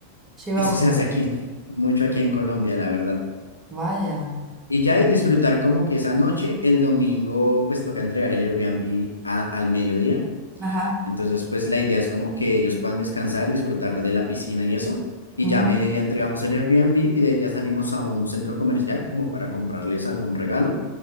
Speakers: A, on the right; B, on the left.
A: Chiva
B: Eso
A: rumbera.
B: se hace aquí, mucho aquí en Colombia, la verdad.
A: Vaya.
B: Y ya y disfrutar como que esa noche, el domingo, pues toca entregar el Airbnb a- al mediodía.
A: Ajá.
B: Entonces, pues la idea es como que ellos puedan descansar, disfrutar de la piscina y eso. Y
A: ujú,
B: ya a mediodía entregamos el Airbnb y de ahí ya salimos a un centro comercial como para comprarles algún regalo,